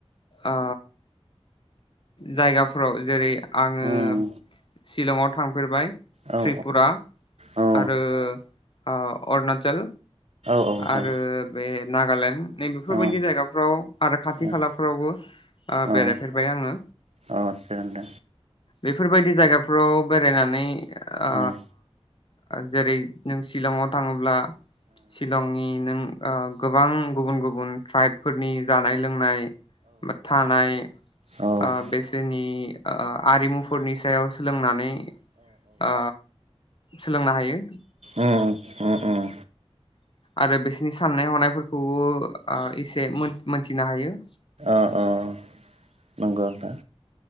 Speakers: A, on the left; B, on the right.
A: ओ जायगाफो राव जेरै आङो
B: उम
A: सिलंआव थां थांफेरबाय
B: औ
A: त्रिपुरा
B: औ
A: आरो ओ अरुणाचल
B: औ नोंथां
A: आरो बे नागालेण्ड नै बेफोरबायदि
B: औ
A: जायगाफ्राव आरो खाथि
B: औ
A: खालाफ्रावबो ओ
B: औ
A: बेरायफेरबाय आङो
B: आदसा नोंथां ओ औ
A: बेफोरबायदि जायगाफ्राव बेरायनानै ओ
B: ओं
A: जेरै नों शिलंआव थाङोब्ला शिलंनि नों ओ गोबां गुबुन गुबुन ट्राइबफोरनि जानाय लोंनाय बा थानाय ओ
B: उम
A: बिसोरनि ओ आरिमुफोरनि सायाव सोलोंनानै आ सोलोंनो हायो
B: उम उम उम
A: आरो बिसोरनि साननाय हनायफोरखौबो ओ इसे मोन मोन थिनो हायो
B: अ अ नंगो नोंथां